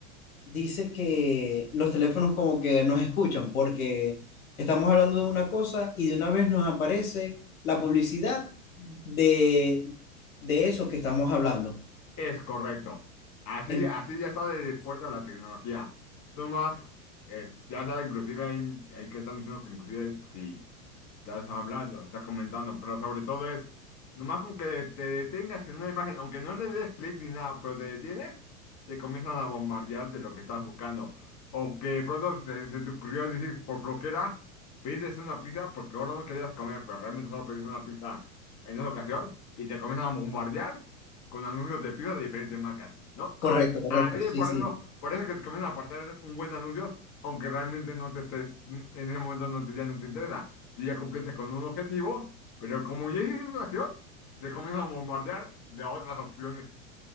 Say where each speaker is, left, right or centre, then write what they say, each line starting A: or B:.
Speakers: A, on the left (about 80°); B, on the left (about 40°).
A: dice que los teléfonos como que nos escuchan porque estamos hablando de una cosa y de una vez nos aparece la publicidad de, de eso que estamos hablando.
B: es correcto. Así,
A: En-
B: así ya sale de fuerte la tecnología. Tú más, eh, ya sabes, inclusive hay, hay que están diciendo que inclusive si estás hablando, estás comentando, pero sobre todo es, nomás con que te detengas en una imagen, aunque no le des clic ni nada, pero te detienes, te comienzan a bombardear de lo que estás buscando. O que de pronto se, se te ocurrió decir por flojera, pides una pizza porque ahora no querías comer, pero realmente solo pediste una pizza en esa ocasión y te comienzan a bombardear con anuncios de pizza de diferentes marcas, ¿no?
A: correcto,
B: A-
A: correcto,
B: Así
A: sí,
B: es, por
A: sí.
B: eso, por eso es que te comienzan a aparecer un buen anuncio aunque realmente no te estés, en ese momento no te, ya no te interesa tú ya cumpliste con un objetivo, pero como ya hiciste la acción, te comienzan a bombardear de otras opciones.